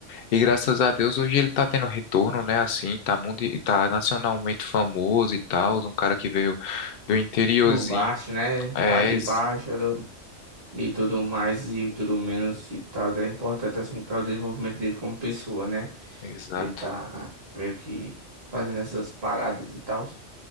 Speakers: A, on the left; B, on the right.
A: E graças a Deus hoje ele tá tendo retorno, né? Assim, tá, mundi tá nacionalmente famoso e tal. Um cara que veio do interiorzinho.
B: Do baixo, né?
A: É,
B: Lá de
A: ex-
B: baixo, do de tudo mais e tudo menos e tal, é importante assim para o desenvolvimento dele como pessoa, né?
A: exato.
B: Ele tá meio que fazendo essas paradas e tal.